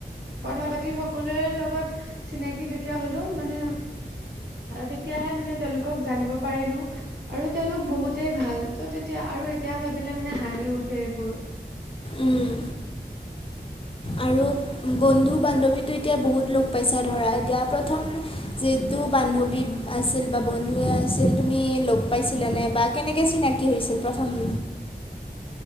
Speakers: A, on the right; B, on the left.
A: কথা পাতি সকলোৰে লগত চিনাকি যেতিয়া হ'লো মানে, তেতিয়াহে মানে তেওঁলোকক জানিব পাৰিলোঁ। আৰু তেওঁলোক বহুতেই ভাল ত' তেতিয়া আৰু এতিয়া ভাবিলে মানে হাঁহি উঠে এইবোৰ।
B: উম আৰু? বন্ধু বান্ধৱীটো এতিয়া বহুত লগ পাইছা ধৰা এতিয়া প্ৰথম যিহেটো বান্ধৱী আছিল বা বন্ধুৱে আছিল তুমি লগ পাইছিলা নে বা কেনেকৈ চিনাকি হৈছিল প্ৰথম?